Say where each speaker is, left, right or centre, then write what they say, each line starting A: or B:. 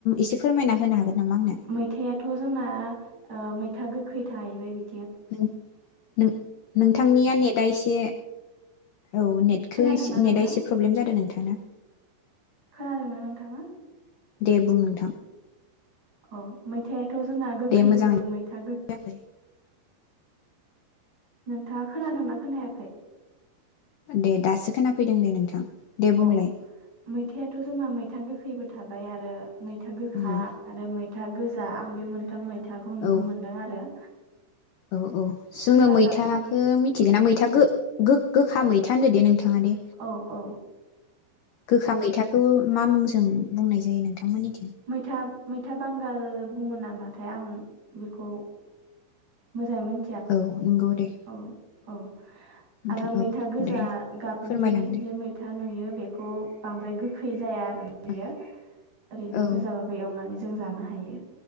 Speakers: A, on the left; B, on the right.
A: एसे फोरमायना होनो हागोन नामा आंनो
B: मैथायाथ' जोंना ओ मैथा गोखै थाहैबाय बि
A: नों नों नोंथांनिया नेट आ एसे औ। नेटखो
B: खोनादोंना
A: इसे नेट
B: नोंथां
A: आ एसे प्रब्लेम जादों नों थाना।
B: खोनादोंना नोंथाङा?
A: दे बुं नोंथां।
B: औ मै मैथायाथ' जोंना गोखैबो
A: दे मोजाङै
B: मैथा गो
A: जायाखै
B: नोंथाङा खोनादोंना खोनायाखै?
A: दे दासो खोनाफैदों दे नोंथां। दे बुंलाय
B: औ मैथायाथ' जोंना मै था गोखैबो थाबाय आरो। मैथा गोखा
A: उम
B: आरो मैथा गोजा आं बे मोनथाम मैथाखौ नुनो
A: औ
B: मोनदों आरो।
A: औ औ जोङो
B: गोजा
A: मैथाखो
B: गाबनि
A: मिथिगोन ना मैथा गो गो गोखा मैथा होनो दे नों थाङा दे।
B: औ औ
A: गोखा मैथाखौ मा मुंजों बुंनाय जायो नोंथांमोननि
B: मैथा मैथा बांगाल बुङो नामाथाय आं बेखौ मोजाङै मोन
A: औ नोंगौ दे।
B: औ औ
A: नोंथां
B: आरो मैथा
A: औ
B: गोजा
A: दे
B: गाबनि
A: फोरमायलांदो
B: जे मैथा। नुयो बेखौ बांद्राय गोखै जाया <inaudible> बियो
A: औ
B: ओरैनो
A: औ
B: गोजाबाबो एवनानै जों जानो हायो